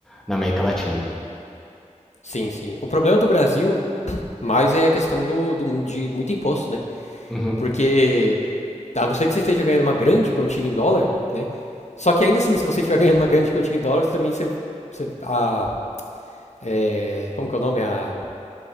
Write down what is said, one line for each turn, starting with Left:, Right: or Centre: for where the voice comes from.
Centre: na América Latina.
Left: sim, sim. O problema do Brasil mais é a questão do, do, de muito imposto, né?
Centre: Uhum.
Left: Porque A não ser que você esteja ganhando uma grande quantia em dólar, né? Só que ainda assim, se você estiver ganhando uma grande quantia em dólares, também você. você- a, é, como que é o nome? A,